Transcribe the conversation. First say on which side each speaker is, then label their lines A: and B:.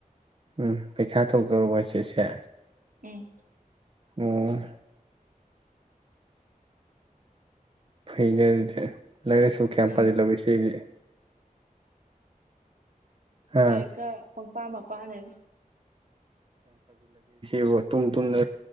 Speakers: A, on the right; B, on the right.
A: ꯎꯝ ꯄꯩꯈꯌ꯭ꯥ ꯇꯥꯗꯣꯔꯕꯣ ꯍꯥꯏꯁꯦ ꯆꯦ
B: ꯎꯝ
A: ꯎꯝ ꯐꯩꯖ ꯑꯗꯨꯗ ꯂꯥꯏꯛꯥꯏꯁꯨ ꯀꯌꯥꯝ
B: ꯎꯝ
A: ꯐꯥꯖꯜ ꯂꯧꯏ ꯁꯤꯗꯤ ꯍꯥ
B: ꯂꯥꯏꯀ ꯄꯨꯡꯄꯥꯥꯃ ꯄꯅꯅꯤ
A: ꯕ ꯇꯨ ꯇꯅ